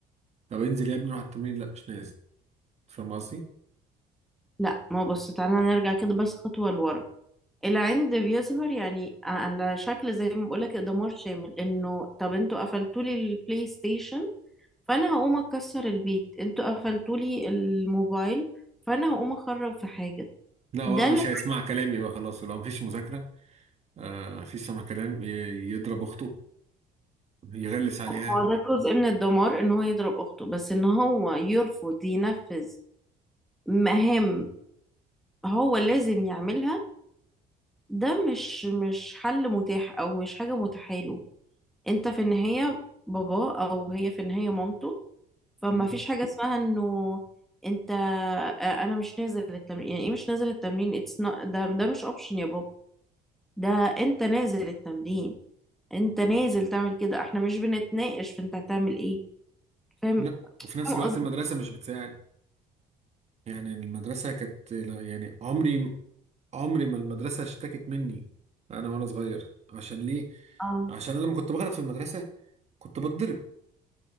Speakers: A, on the right (about 40°); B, in the centre.
A: طب انزل يا ابني روح على التمرين لا مش نازل فاهم قصدي؟
B: لا ما هو بص تعالى نرجع كده بس خطوة لورا العند بيظهر يعني على شكل زي ما بقولك دمار شامل إنه طب أنتوا قفلتولي البلاي ستيشن فانا هقوم اكسر البيت انتوا قفلتولي الموبايل فانا هقوم اخرب في حاجه
A: لا هو
B: ده
A: مش
B: اللي-
A: هيسمع كلامي بقى خلاص لو مفيش مذاكرة آه مفيش سمع كلام ي- يضرب أخته يغلس عليها
B: هو ده جزء من الدمار ان هو يضرب اخته بس ان هو يرفض ينفذ مهام هو لازم يعملها ده مش مش حل متاح او مش حاجه متاحه له انت في النهايه بابا او هي في النهايه مامته فما
A: مم.
B: فيش حاجه اسمها انه انت آه، انا مش نازل التمرين يعني ايه مش نازل التمرين اتس ده ده مش اوبشن يا بابا ده انت نازل التمرين انت نازل تعمل كده احنا مش بنتناقش في انت هتعمل ايه فاهم
A: لا وفي نفس
B: فاهم
A: الوقت
B: قصدي
A: المدرسة مش بتساعد يعني المدرسة كانت لا يعني عمري عمري ما المدرسة اشتكت مني أنا وأنا صغير عشان ليه؟
B: اه
A: عشان أنا لما كنت بغلط في المدرسة كنت بتضرب